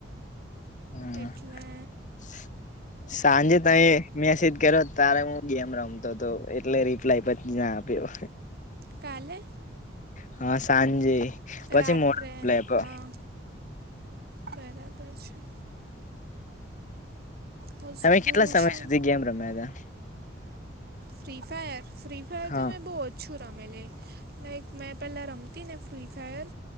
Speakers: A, on the left (about 40°); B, on the right (about 55°).
A: હા
B: એટલે.
A: <inaudible> સાંજે તેએ મેસેજ કર્યો તારે હું ગેમ રમતો હતો, એટલે રિપ્લાય પણ ના આપ્યો.
B: કાલે.
A: હા, સાંજે પછી
B: રાત્રે
A: મોડો રિપ્લાય આયપો.
B: હા બરાબર છે. હોસ-
A: તમે
B: હું
A: કેટલા સમય
B: છે
A: સુધી ગેમ રમ્યા તા.
B: ફ્રી ફાયર, ફ્રી ફાયર
A: હતા હા
B: તો મેં બો ઓછું રમેલી. લાઈક મેં પેલા રમતીને ફ્રી ફાયર.